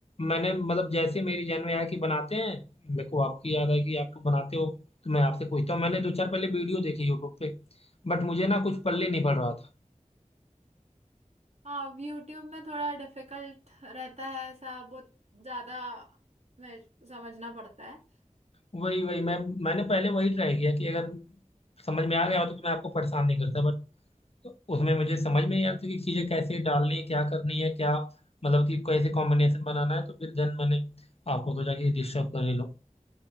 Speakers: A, on the left; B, on the right.
A: मैंने मतलब जैसे मेरी जहन में आया कि बनाते हैं मेरे को आपकी याद आई कि आप तो बनाते हो तो मैं आपसे पूछता हूँ मैंने दो चार पहले वीडियो देखी यूट्यूब पे बट मुझे ना कुछ पल्ले नहीं पड़ रहा था
B: हाँ यूट्यूब में थोड़ा डिफिकल्ट रहता है ऐसा बहुत ज्यादा मैं समझना पड़ता है
A: वही वही मैं मैंने पहले वही ट्राई किया कि अगर समझ में आ गया हो तो मैं आपको परेशान नहीं करता बट उसमें मुझे समझ में नहीं आ रही थी कि चीज़ें कैसे डालनी है क्या करनी है क्या मतलब कि कैसे कॉम्बिनेशन बनाना है तो फिर देन मैंने आपको सोचा कि डिस्टर्ब कर ही लो